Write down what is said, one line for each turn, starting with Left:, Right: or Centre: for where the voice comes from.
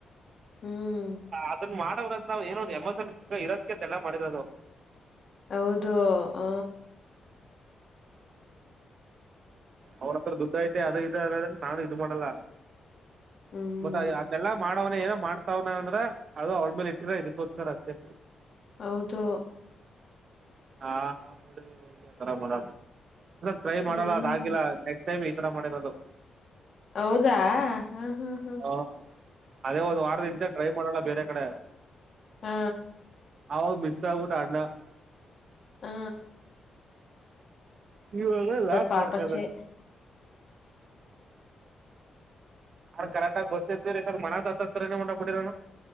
Left: ಹ್ಮ್
Right: ಅದನ್ನ ಏನ ಎಮೋಸನ್ ಇರೋದಕ್ಕೆ ಎಲ್ಲ ಮಾಡಿರೋದು.
Left: ಹೌದು ಹ
Right: ಅವ್ರ ಹತ್ರ ದುಡ್್ದ ಐತೆ ಅದು ಇದ ಅದ್ರೆ ನಾನು ಇದು ಮಾಡಲ್ಲ ಆದ
Left: ಹ್ಮ್
Right: ಗೊತ್ತ ಅದೆಲ್ಲ ಮಾಡ ಏನೋ ಮಾಡ್ತಾವನ ಅಂದ್ರ ಅದು ಅವಳಳ್ ಮೇಲೆ ಇಟ್ಟರ ಇದಕ್ಕೋಸ್ಕರ ಅಷ್ಟೇ.
Left: ಹೌದು
Right: ಹಾ ಮು ಹೋಗಿ ಆತರ ಮಾಡ ಟ್ರೈ ಮಾಡಲ್ಲ
Left: ಹ್ಮ್
Right: ಅದಾಗಿಲ್ಲ ನೆಕ್ಸ್ಟ್ ೈಮಿ ಈ ತರ ಮಾಡಿರೋದು.
Left: ಹೌದಾ ಹಾ ಹಾ ಹಾ
Right: ಹಾಂ ಅದೇ ಹದ್ ವಾರದ ಇಂತ ಟ್ರೈ ಮಾಡಲ್ಲ ಬೇರೆ ಕಡೆ
Left: ಹಾ
Right: ಅವಾಗ ಮಿಸ್ಸ ಆಗ್ಬಿಟ್ಟ ಅಣ್ಣ.
Left: ಹಾ
Right: ಇವಾಗ ಲಾಕ್
Left: ಪಾಪಚ್ಚೆ.
Right: ಮಾಡ್ತ್ದ ನಾನ್ ಕರೆಕಟ್ಗ ಬಸ್ತಿ ರ ಮನದ ಹತ್ತರನ ಉಂಟಾಗ್ಬಿಡರಿನು.